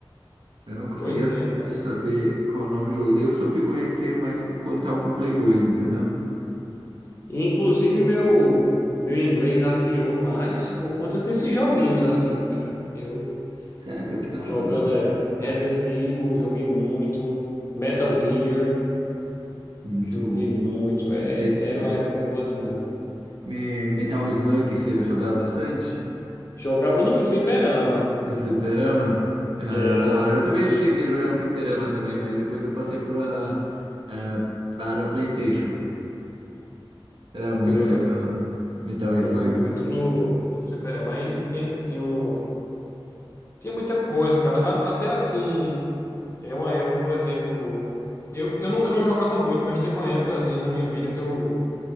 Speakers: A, on the right (about 65°); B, on the left (about 30°).
A: Eu não conseguia
B: Pois
A: s-
B: é, cara.
A: saber qual é o nome do jogo. Daí eu só fui conhecer mais quando tava com o Play 2, entendeu?
B: E, inclusive, meu, meu inglês afiou mais por conta desses joguinhos assim, cara. Eu
A: Sério, que da
B: jogando
A: hora.
B: é, Resident Evil, joguei muito, Metal Gear,
A: Muito
B: joguei
A: bom.
B: muito. É,
A: Me-
B: era
A: me-
B: uma época boa danada.
A: me- Metal Slug, você jogava bastante?
B: Jogava no fliperama.
A: No fliperama? Ah,
B: É,
A: da hora. Eu também cheguei a jogar no fliperama também, mas depois eu passei pra, ah, para o PlayStation. Era muito
B: eu joga,
A: legal. Metal
B: jogava
A: Slug.
B: muito no, no fliperama. Aí tinha, tinha, um- tinha muita coisa, cara. A- até assim, é uma época, por exemplo. Eu, eu, não, eu não jogava muito, mas teve uma épocazinha na minha vida que eu